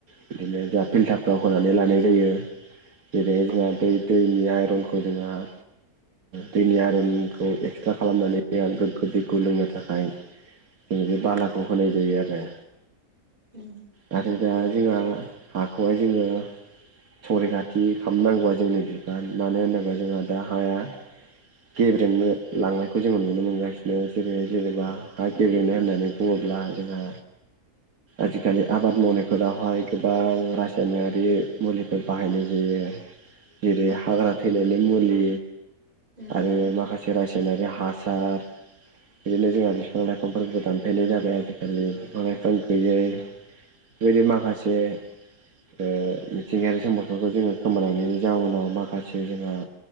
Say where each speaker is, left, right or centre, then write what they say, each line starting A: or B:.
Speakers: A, on the right (about 70°); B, on the right (about 30°).
A: बिदिनो जोंहा फिल्टारफ्राव होनानै लानाय जायो जेरै जोंहा
B: औ उम
A: दै दैनि आइरनखौ जोंहा दैनि आरयनखौ एक्सट्रा खालामनानै गोग्गो दैखौ लोंनो थाखाय
B: उम
A: बि
B: औ उम
A: बालाखौ होनाय जायो आरो
B: ओम
A: नाथाय दा जोंहा हाखौहाय जोङो संरिखाथि खालामनांगौआ जोंनि बिफान मानो होनोब्ला जोंहा दा हाया गेबेरेंनो लांनायखौ जोङो नुनो मोनगासिनो जेरै जेनेबा हा गेबेनो होननानै बुङोब्ला जोंहा आजिखालि आबाद मावनायफोरावहाय गोबां रासायनारि मुलिफोर बाहायनाय जायो जेरै
B: उम औ उम औ उम
A: हाग्रा थैनाय मुलि
B: उम
A: आरो
B: उम
A: माखासे सेरा सेवनायनि हासार बिदिनो जोंहा बिफां लाइफांफोरखौ दानफायनाय जाबाय बिफां गैयै बेबायदि माखासे मिथिंगायारि सम्पदफोरखौ जोङो खोमालांनायनि जाउनाव माखासे जोंहा